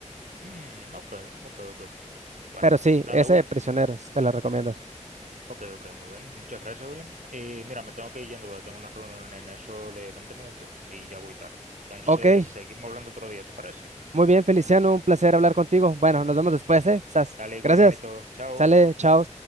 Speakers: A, on the right; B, on the right.
A: Mm, ok, ok, ok. Bueno,
B: Pero sí,
A: nada,
B: ese
A: Will.
B: de Prisioneros, te la recomiendo.
A: Ok, ok, muy bien. Muchas gracias, William. Eh, mira, me tengo que ir yendo, porque tengo una reunión en eso de 20 minutos y ya voy tarde. Entonces,
B: Ok,
A: seguimos hablando otro día, ¿te parece?
B: muy bien, Feliciano, un placer hablar contigo. Bueno, nos vemos después, ¿eh? Sas.
A: Dale igual,
B: Gracias.
A: manito. Chao.
B: Sale, chao.